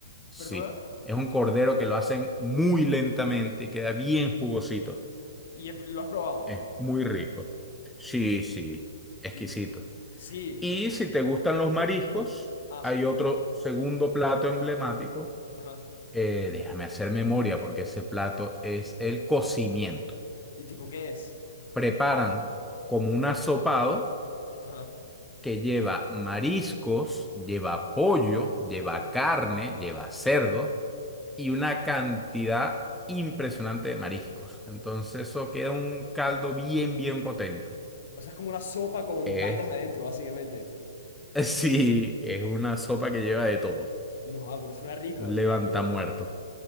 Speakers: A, in the centre; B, on the left.
A: Sí,
B: ¿Perdona?
A: es un cordero que lo hacen muy lentamente y queda bien jugosito.
B: ¿Y he- lo has probado?
A: Es muy rico. Sí, sí, exquisito.
B: Y sí,
A: Y
B: pues.
A: si te gustan los mariscos,
B: Ah,
A: hay
B: sí,
A: otro segundo plato emblemático
B: ajá.
A: Eh, déjame hacer memoria porque ese plato es el cocimiento.
B: ¿Y tipo qué es?
A: Preparan como un asopado
B: Ajá.
A: que lleva mariscos, lleva pollo, lleva carne, lleva cerdo y una cantidad impresionante de mariscos. Entonces eso queda un caldo bien, bien potente.
B: O sea, es como una sopa con
A: Eh,
B: vainas adentro, básicamente.
A: <laughs> sí, es una sopa que lleva de todo.
B: No, ah, pero suena rico,
A: Levanta
B: suena rico.
A: muerto.